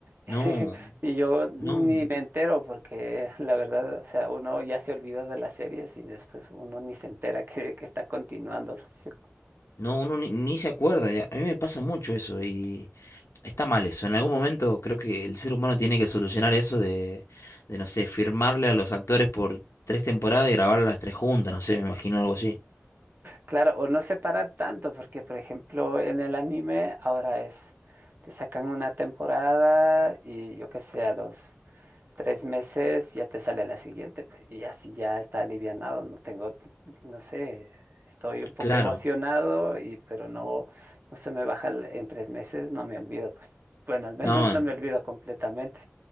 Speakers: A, on the right (about 45°); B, on the left (about 80°).
A: <laughs>
B: No,
A: y yo ni
B: no,
A: me entero porque la verdad, o sea, uno ya se olvida de las series y después uno ni se entera que, que está continuando, ¿no es cierto?
B: no, uno ni, ni se acuerda. y A a mí me pasa mucho eso y está mal eso. En algún momento creo que el ser humano tiene que solucionar eso de, de no sé, firmarle a los actores por tres temporadas y grabarlas las tres juntas. No sé, me imagino algo así.
A: Claro, o no separar tanto, porque por ejemplo en el anime ahora es, te sacan una temporada y yo qué sé, a los... tres meses ya te sale la siguiente, pues, y así ya está alivianado, no tengo, t- no sé, estoy un poco
B: Claro.
A: emocionado y pero no, no se me baja el- en tres meses, no me olvido, pues, bueno, al menos
B: No, en-
A: no me olvido completamente.